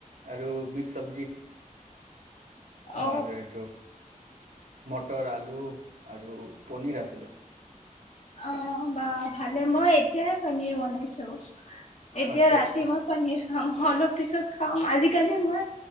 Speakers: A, on the right; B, on the left.
A: আৰু মিক্স চব্জি তোমাৰ
B: অ
A: এইটো মটৰ আলু আৰু পনীৰ আছিলে
B: অ বা ভালে মই এতিয়াই পনীৰ বনাইছো এতিয়া
A: আচ্ছা
B: ৰাতি
A: আচ্ছা
B: মই পানীৰ খাম অলপ পিছত খাম আজিকালি মই